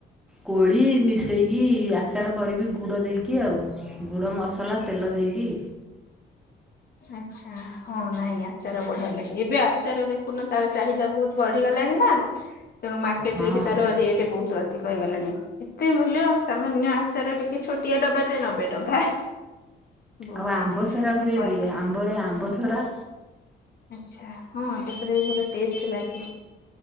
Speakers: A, in the centre; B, on the left (about 50°).
A: କୋଳି ମିଶେଇକି ଆଚାର କରିବି ଗୁଡ ଦେଇକି। କି ଆଉଁ ଗୁଡ ମସଲା ତେଲ ଦେଇକି।
B: ଆଚ୍ଛା। ହଁ ନାଇଁ ଆଚାର ବଢିଆ ଲାଗେ ଏବେ ଆଚାର ଦେଖୁନ ତାର ଚାହିଦା ବହୁତ ବଢିଗଲାଣି ନାଁ। ତ ମାର୍କେଟ
A: ହଁ
B: ରେ ବି ତାର ରେଟ୍ ବହୁତ ଅଧିକ। କ ହେଇଗଲାଣି ଏତେ ମୂଲ୍ୟ ସାମାନ୍ୟ ଆଚାର ଟିକେ ଛୋଟିଆ ଡବାଟେ ନବେ ଟଙ୍କା। ବହୁତ
A: ଆଉ ଆମ୍ବ
B: ରେଟ୍ ହେଇଗଲାଣି
A: ସରା
B: ନା
A: ହୁଏ
B: କରିବା
A: ବି ଆମ୍ବରେ ଆମ୍ବ ସରା।
B: ଆଚ୍ଛା ହଁ ଆମ୍ବ ସରା ବି ଭଲ ଟେଷ୍ଟେ ଲାଗେ।